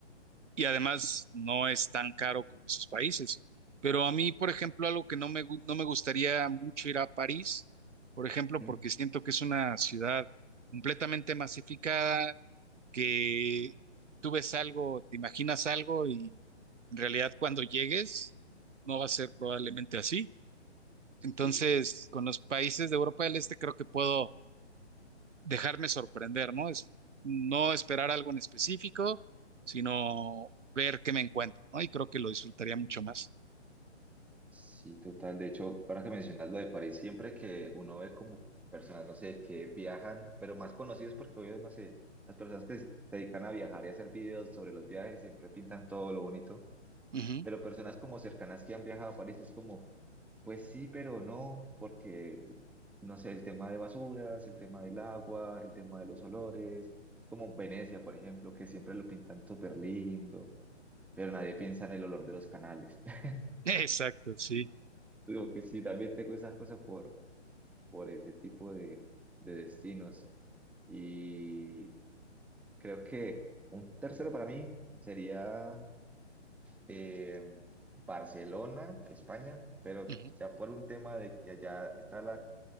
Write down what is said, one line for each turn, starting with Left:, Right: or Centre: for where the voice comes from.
Right: Y además no es tan caro como esos países. Pero a mí, por ejemplo, algo que no me, gu- no me gustaría mucho ir a París, por ejemplo,
Centre: mm,
Right: porque siento que es una ciudad completamente masificada, que tú ves algo, te imaginas algo y en realidad cuando llegues no va a ser probablemente así.
Centre: Sí.
Right: Entonces, con los países de Europa del Este creo que puedo dejarme sorprender, ¿no? Es no esperar algo en específico, sino ver qué me encuentro, ¿no? Y creo que lo disfrutaría mucho más.
Centre: Sí, total. De hecho, ahora que mencionas lo de París, siempre que uno ve como personas, no sé, que viajan, pero más conocidos porque obvio, no sé, las personas que se se dedican a viajar y hacer videos sobre los viajes siempre pintan todo lo bonito,
Right: Ujú.
Centre: pero personas como cercanas que han viajado a París es como, pues sí, pero no, porque, no sé, el tema de basuras, el tema del agua, el tema de los olores, como Venecia, por ejemplo, que siempre lo pintan súper lindo, pero nadie piensa en el olor de los canales. <laughs>
Right: Exacto, sí.
Centre: Digo que sí, también tengo esa cosa por por ese tipo de, de destinos. Y creo que un tercero para mí sería eh, Barcelona, España, pero
Right: Ujú.
Centre: ya por un tema de que allá está la,